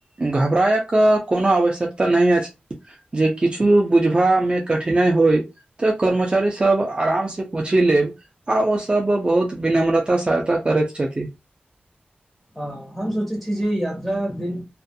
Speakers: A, on the right (about 30°); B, in the centre.
A: घबरायक कोनो आवश्यकता नहि अछि जे किछु बुझबामे कठिनाइ होय तऽ कर्मचारी सब आराम से पूछि लेत आ ओसभ बहुत विनम्रता सहायता करैत छथि
B: हँ हम सोचे छी जे यात्रा दिन